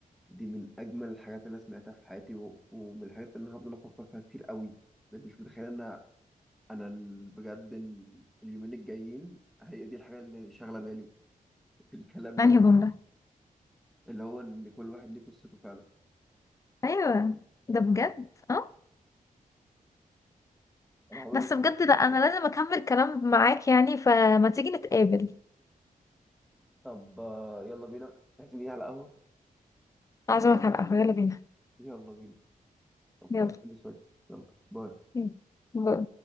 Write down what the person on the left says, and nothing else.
انهي
جمله
ايوه ده بجد اه
بس
بجد لا
انا
لازم اكمل كلام معاك يعني فما تيجي نتقابل
اعزمك على القهوه يلا بينا
يلا
مم. باي.